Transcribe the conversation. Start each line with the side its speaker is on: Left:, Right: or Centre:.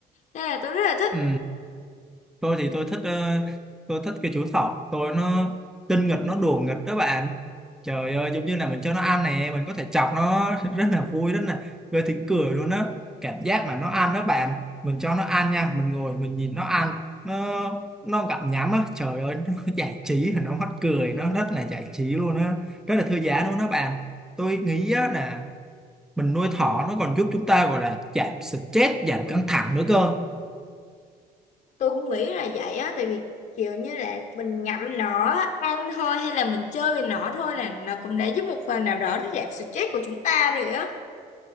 Left: nên là tôi rất là thích
Centre: Ừ, tôi thì tôi thích ờ, tôi thích cái chú thỏ tôi nó tinh nghịch nó đùa nghịch đó bạn trời ơi giống như là mình cho nó ăn nè mình có thể chọc nó <laughs> rất là vui rất là gây tiếng cười luôn đó cảm giác mà nó ăn đó bạn mình cho nó ăn nha mình ngồi mình nhìn nó ăn nó nó gặm nhắm á trời ơi <laughs> nó giải trí nó mắc cười nó rất là giải trí luôn á rất là thư giãn luôn đó bạn tôi nghĩ á là mình nuôi thỏ nó còn giúp chúng ta gọi là giảm stress giảm căng thẳng nữa cơ
Left: tôi cũng nghĩ là vậy á tại vì kiểu như là mình ngậm nó á, ăn thôi hay là mình chơi với nó thôi là nó cũng đã giúp một phần nào đó để giảm stress của chúng ta rồi á